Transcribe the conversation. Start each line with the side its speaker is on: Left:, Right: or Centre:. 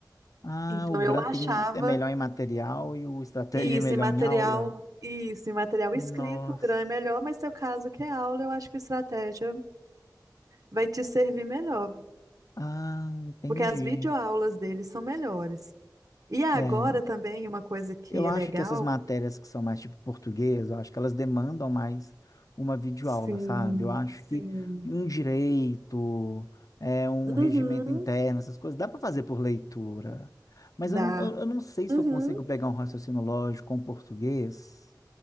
Left: Ah,
Right: Então,
Left: o Granting
Right: eu achava
Left: é melhor em material e o Estratégia
Right: isso
Left: é melhor
Right: em material,
Left: em aula?
Right: isso em material
Left: Nossa.
Right: escrito, o Gran é melhor, mas seu caso que é aula, eu acho que a estratégia vai te servir melhor,
Left: Ah, entendi.
Right: porque as videoaulas deles são melhores. E agora
Left: É,
Right: também, uma coisa que
Left: eu
Right: é
Left: acho
Right: legal
Left: que essas matérias que são mais tipo português, eu acho que elas demandam mais uma videoaula,
Right: Sim,
Left: sabe? Eu acho
Right: sim.
Left: que um direito, é um
Right: Uhum,
Left: regimento interno, essas coisas, dá para fazer por leitura. Mas
Right: dá.
Left: eu, eu, eu não sei se
Right: Uhum,
Left: eu consigo pegar um raciocínio lógico com português.